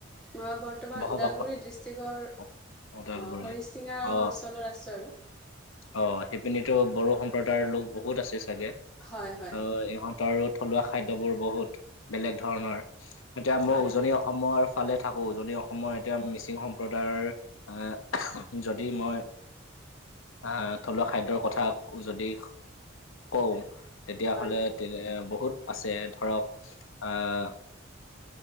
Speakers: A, in the centre; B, on the left (about 80°).
A: মই বৰ্তমান
B: বসবাস
A: ওদালগুৰি
B: কৰে
A: ডিষ্ট্ৰিকৰ
B: অ, ওদালগুৰি
A: অ হৰিচিঙাৰ
B: অ
A: অঞ্চলৰ আছোঁ আৰু
B: অ সেইপিনে টো বড়ো সম্প্ৰদায়ৰ লোক বহুত আছে চাগে,
A: হয় হয়
B: অ ইহঁত তৰো থলুৱা খাদ্যবোৰ বহুত বেলেগ ধৰণৰ এতিয়া
A: হয়
B: মই উজনি অসমৰ ফালে থাকো যদি অসমৰ এতিয়া মিচিং সম্প্ৰদায়ৰ এ যদি মই আহ থলুৱা খাদ্যৰ কথা যদি কওঁ তেতিয়াহলে
A: হয়
B: তেনে বহুত আছে ধৰক আহ